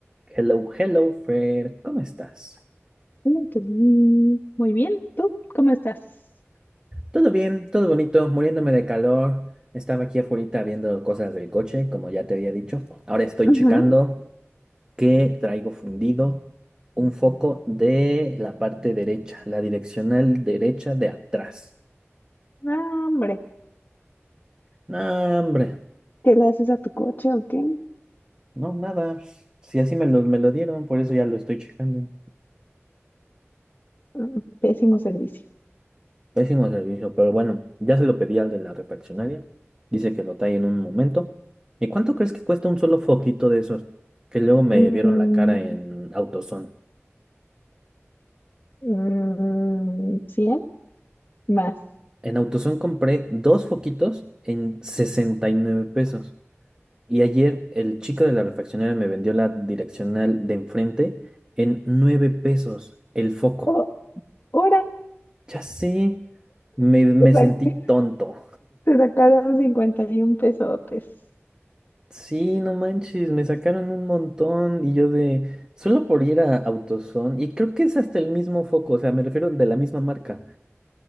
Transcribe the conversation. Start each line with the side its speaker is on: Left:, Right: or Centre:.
Right: Hello, hello, Fer, ¿cómo estás?
Left: Mm, qué bien. Muy bien, ¿tú cómo estás?
Right: Todo bien, todo bonito, muriéndome de calor. Estaba aquí afuera viendo cosas del coche, como ya te había dicho. Ahora estoy
Left: Ujú.
Right: checando que traigo fundido un foco de la parte derecha, la direccional derecha de atrás.
Left: No, hombre,
Right: No, hombre,
Left: ¿qué le haces a tu coche o qué?
Right: no, nada. Si así me lo, me lo dieron, por eso ya lo estoy checando.
Left: Mm, Pésimo servicio.
Right: Pésimo servicio, pero bueno, ya se lo pedí al de la refaccionaria. Dice que lo trae en un momento. ¿Y cuánto crees que cuesta un solo foquito de esos? Que luego me
Left: Mm,
Right: vieron la cara en AutoZone.
Left: mm, 100 más.
Right: En AutoZone compré dos foquitos en 69 pesos. Y ayer el chico de la refaccionaria me vendió la direccional de enfrente en 9 pesos el foco.
Left: Oh, hora.
Right: Ya sé, me, me
Left: Te sa-
Right: sentí
Left: <laughs>
Right: tonto.
Left: te sacaron 51 pesotes.
Right: Sí, no manches, me sacaron un montón y yo de, solo por ir a AutoZone y creo que es hasta el mismo foco, o sea, me refiero de la misma marca,